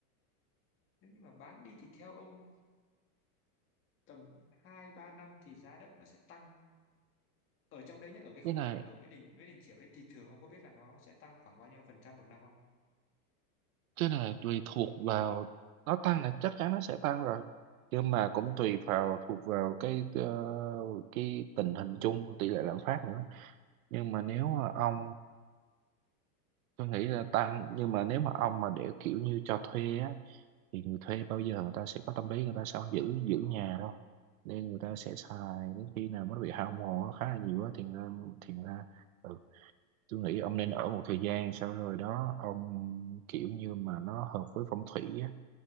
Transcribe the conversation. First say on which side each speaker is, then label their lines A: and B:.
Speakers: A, on the left; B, on the right.
A: Nếu như mà bán đi thì theo ông tầm hai ba năm thì giá đất nó sẽ tăng. Ở trong đấy nhá, ở cái khu
B: cái này
A: đấy, ở Nguyễn Đình, Nguyễn Đình Chiểu đấy thì thường ông có biết là nó sẽ tăng khoảng bao nhiêu phần trăm một năm không?
B: cái này tùy thuộc vào nó tăng là chắc chắn nó sẽ tăng rồi nhưng mà cũng tùy vào thuộc vào cái ờ, cái tình hình chung tỷ lệ lạm phát nữa nhưng mà nếu mà ông tôi nghĩ là tăng nhưng mà nếu mà ông mà để kiểu như cho thuê á thì người thuê bao giờ người ta sẽ có tâm lý người ta sẽ không giữ giữ nhà đâu nên người ta sẽ xài đến khi nào mới bị hao mòn nó khá là nhiều á thì ra thì ra ừ. tôi nghĩ ông nên ở một thời gian sau rồi đó ông kiểu như mà nó hợp với phong thủy á